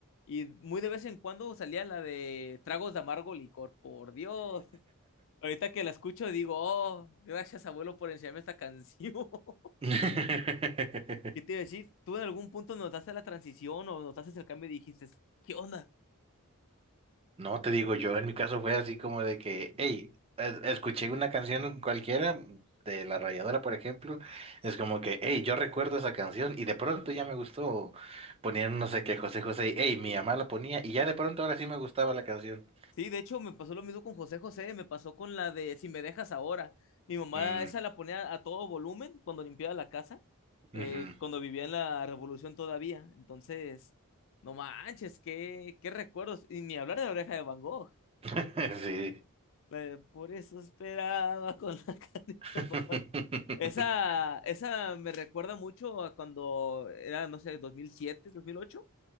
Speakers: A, on the left; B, on the right.
A: Y muy de vez en cuando salía la de tragos de amargo licor, por Dios. Ahorita que la escucho digo, oh, gracias abuelo por enseñarme esta canción. <laughs>
B: <laughs>
A: ¿Qué te iba a decir? ¿Tú en algún punto notaste la transición o notaste el cambio y dijiste, ¿qué onda?
B: No, te digo, yo en mi caso fue así como de que, hey, escuché una canción cualquiera de La Rayadora, por ejemplo, es como que, hey, yo recuerdo esa canción y de pronto ya me gustó, ponían no sé qué, José José, y, hey, mi mamá la ponía y ya de pronto ahora sí me gustaba la canción.
A: Sí, de hecho me pasó lo mismo con José José, me pasó con la de Si me dejas ahora. Mi mamá
B: Mm,
A: esa la ponía a todo volumen cuando limpiaba la casa, eh,
B: ujú.
A: cuando vivía en la Revolución todavía. Entonces, no manches, qué, qué recuerdos. Y ni hablar de la oreja de Van Gogh.
B: <laughs> Sí.
A: La de, por eso esperaba con la <laughs> carita
B: <laughs>
A: en papá. Esa, esa me recuerda mucho a cuando era, no sé, 2007, 2008